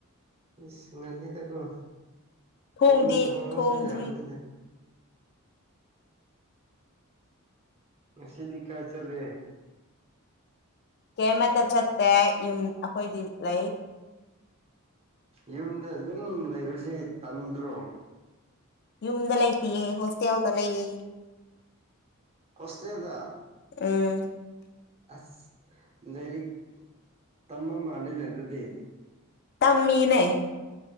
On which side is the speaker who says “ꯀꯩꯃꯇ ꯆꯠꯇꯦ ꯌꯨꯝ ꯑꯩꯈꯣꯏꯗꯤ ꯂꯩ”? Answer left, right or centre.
Left